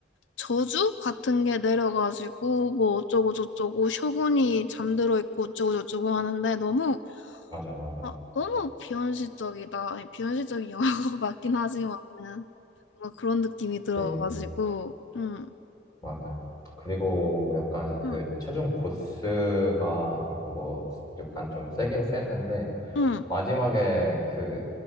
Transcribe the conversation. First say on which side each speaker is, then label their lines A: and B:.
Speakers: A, on the left; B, on the left.
A: 저주 같은 게 내려가지고 뭐 어쩌고 저쩌고 셔군이 잠들어 있고 어쩌고 저쩌고 하는데 너무
B: 맞아, 맞아.
A: 아, 너무 비현실적이다. 아니, 비현실적인 영화가 <laughs> 맞긴 하지만은 뭔가 그런 느낌이 들어가지고
B: 그치.
A: 음,
B: 맞아. 그리고 약간 그
A: 음,
B: 최종 보스가 뭐 약간 좀 세긴 셌는데
A: 음,
B: 마지막에 그